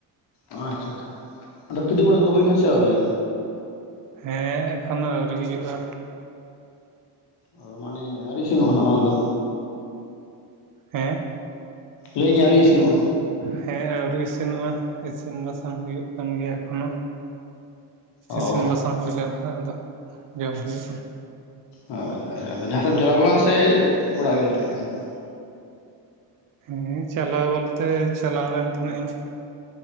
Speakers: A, on the left; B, on the right.
A: ᱚ ᱟᱪᱪᱷᱟ ᱟᱪᱪᱷᱟ ᱟᱫᱚ ᱠᱤᱫᱩ ᱵᱮᱲᱟ ᱠᱚᱫᱚ ᱦᱩᱭ ᱮᱱᱟ ᱥᱮ ᱟᱣᱨᱤᱭᱟᱹ
B: ᱦᱮᱸ ᱮᱠᱷᱚᱱᱳ ᱟᱹᱣᱨᱤ ᱦᱩᱭᱩᱜᱼᱟ
A: ᱚ ᱢᱟᱱᱮ ᱟᱹᱣᱨᱤ ᱤᱥᱤᱱᱚᱜ ᱦᱟᱜ ᱵᱟᱝ ᱫᱚᱼᱼ
B: ᱦᱮᱸ
A: ᱞᱟᱹᱭ ᱟᱹᱧ ᱟᱹᱣᱨᱤ ᱤᱥᱤᱱᱚᱜᱼᱟ
B: ᱦᱮᱸ ᱟᱹᱣᱨᱤ ᱤᱥᱤᱱᱚᱜᱼᱟ ᱤᱥᱤᱱ ᱵᱟᱥᱟᱝ ᱦᱩᱭᱩᱜ ᱠᱟᱱ ᱜᱮᱭᱟ ᱮᱠᱷᱚᱱᱳ
A: ᱚ
B: ᱤᱥᱤᱱ ᱵᱟᱥᱟᱝ ᱦᱩᱭ ᱞᱮᱱ ᱠᱷᱟᱱ ᱟᱫᱚ ᱡᱚᱢ ᱦᱩᱭᱩᱜᱼᱟ ᱾
A: ᱦᱳᱭ, ᱦᱳᱭ᱾ ᱟᱫᱚ ᱡᱟᱦᱟᱸ ᱥᱮᱫ ᱮᱢ ᱪᱟᱞᱟᱣ ᱞᱮᱱᱟ ᱥᱮ ᱚᱲᱟᱜ ᱜᱮᱢ ᱛᱟᱦᱮᱸ ᱠᱟᱱᱟ ᱾
B: ᱦᱮᱸ ᱪᱟᱞᱟᱣ ᱵᱚᱞᱛᱮ ᱪᱟᱞᱟᱣ ᱞᱮᱱ ᱛᱟᱦᱮᱱ ᱤᱧ